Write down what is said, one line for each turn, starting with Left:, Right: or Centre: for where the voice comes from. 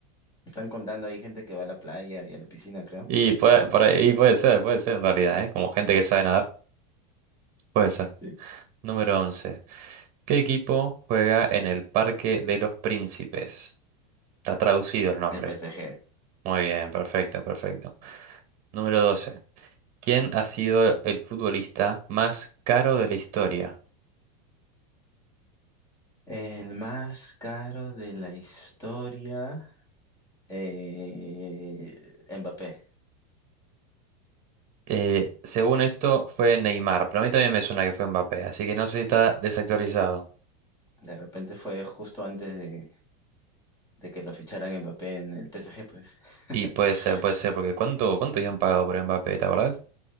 Left: Están contando ahí gente que va a la playa y a la piscina, creo.
Right: Y puede, por ahí- y puede ser, puede ser en realidad, ¿eh? Como gente que sabe nadar, puede ser.
Left: Sí.
Right: Número once ¿Qué equipo juega en el Parque de los Príncipes? Está traducido el nombre.
Left: El PSG.
Right: Muy bien, perfecto, perfecto. Número doce ¿Quién ha sido el futbolista más caro de la historia?
Left: El más caro de la historia, eh, Mbappé.
Right: Eh, según esto, fue Neymar, pero a mí también me suena que fue Mbappé, así que no sé si está desactualizado.
Left: De repente fue justo antes de, de que lo ficharan Mbappé en el PSG, pues. <laughs>
Right: Y puede ser, puede ser, porque ¿cuánto, cuánto habían pagado por Mbappé, te acordás?